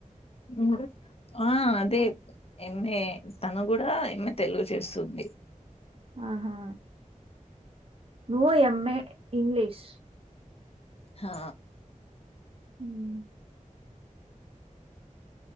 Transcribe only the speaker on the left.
నేర్చు ఆ అదే ఎంఏ తను కూడా ఎంఏ తెలుగు చేస్తుంది
హా